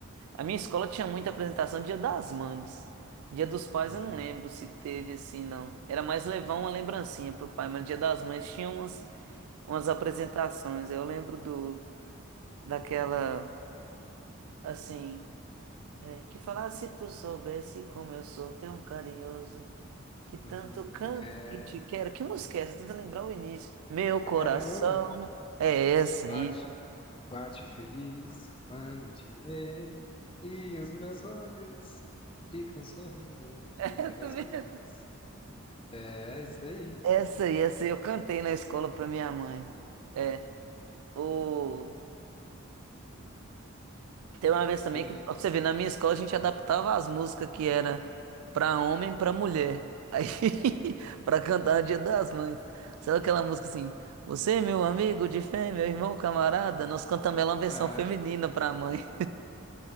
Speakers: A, on the right; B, on the left.
A: a minha escola tinha muita apresentação Dia das Mães. Dia dos Pais
B: É,
A: eu não lembro se teve assim, não. Era mais levar uma lembrancinha pro pai, mas Dia das Mães tinha umas, umas apresentações. Eu lembro do daquela assim, é, que falava se tu soubesse como eu sou tão carinhoso, que tanto
B: tanto,
A: canto
B: é,
A: que te quero. Que música é essa? Tenta lembrar o início. Meu coração
B: é carinhoso.
A: é essa
B: Bate,
A: aí.
B: bate feliz quando te vê. E os meus olhos ficam sorrindo
A: <laughs>
B: e pelas ruas. É, é isso aí.
A: Essa aí, essa aí eu cantei na escola pra minha mãe. É. O... Tem uma vez também
B: Tem.
A: que, pra você ver, na minha escola a gente adaptava as músicas que era pra homem, pra mulher. Aí, <laughs> pra cantar no Dia das Mães. Sabe aquela música assim? Você, meu amigo de fé, meu irmão, camarada, nós cantamos ela uma versão
B: Aham.
A: feminina pra mãe.